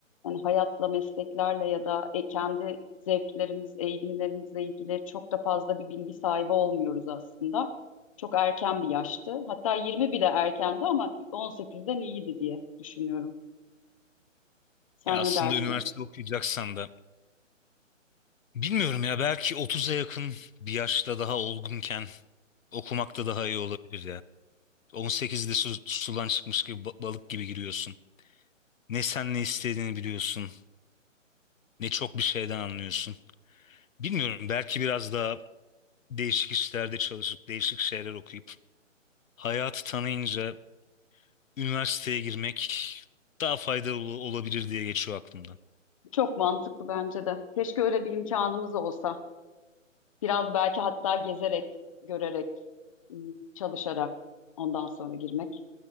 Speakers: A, on the left (about 25°); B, on the left (about 80°).
A: yani hayatla, mesleklerle ya da e, kendi zevklerimiz, eğilimlerimizle ilgili çok da fazla bir bilgi sahibi olmuyoruz aslında. Çok erken bir yaştı. Hatta 20 bile erkendi ama 18'den iyiydi diye düşünüyorum. Sen
B: Ya aslında
A: ne dersin?
B: üniversite okuyacaksan da bilmiyorum ya belki 30'a yakın bir yaşta daha olgunken okumak da daha iyi olabilir ya. 18'de su, sudan çıkmış gibi ba- balık gibi giriyorsun. Ne sen ne istediğini biliyorsun, ne çok bir şeyden anlıyorsun. Bilmiyorum belki biraz daha değişik işlerde çalışıp değişik şeyler okuyup hayatı tanıyınca üniversiteye girmek daha faydalı olabilir diye geçiyor aklımdan.
A: Çok mantıklı bence de. Keşke öyle bir imkanımız olsa. Biraz belki hatta gezerek, görerek, ım, çalışarak ondan sonra girmek